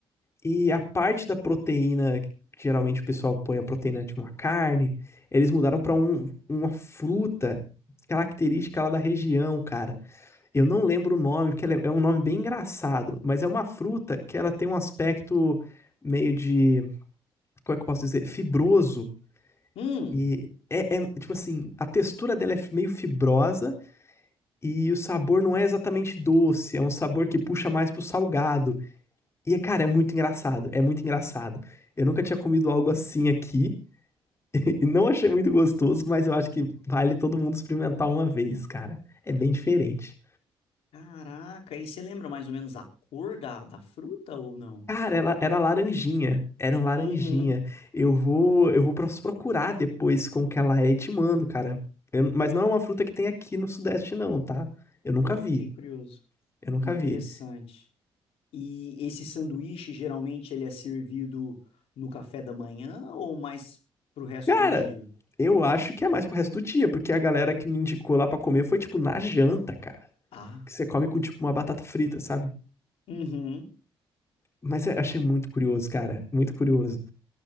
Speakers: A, on the left; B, on the left.
A: E a parte da proteína, que geralmente o pessoal põe a proteína tipo uma carne, eles mudaram para um, uma fruta característica lá da região, cara. Eu não lembro o nome, porque ela é é um nome bem engraçado, mas é uma fruta que ela tem um aspecto meio de, como é que eu posso dizer, fibroso
B: hum.
A: e é, é, tipo assim, a textura dela é meio fibrosa e o sabor não é exatamente doce, é um sabor que puxa mais pro salgado. E cara, é muito engraçado, é muito engraçado. Eu nunca tinha comido algo assim aqui <laughs> e não achei muito gostoso, mas eu acho que vale todo mundo experimentar uma vez, cara. É bem diferente.
B: Caraca, e você lembra mais ou menos a cor da, da fruta ou não?
A: Cara, ela era laranjinha. Era um laranjinha.
B: Uhum.
A: Eu vou, eu vou pro procurar depois com que ela é e te mando, cara. Eu- mas não é uma fruta que tem aqui no Sudeste, não, tá? Eu nunca
B: Pô,
A: vi.
B: fiquei curioso.
A: Eu nunca
B: Interessante.
A: vi.
B: E esse sanduíche, geralmente, ele é servido no café da manhã ou mais pro resto
A: Cara,
B: do dia?
A: eu acho que é mais pro resto do dia, porque a galera que me indicou lá pra comer foi tipo na janta, cara.
B: Ah.
A: Que você come com tipo uma batata frita, sabe?
B: Uhum.
A: Mas eu achei muito curioso, cara. Muito curioso.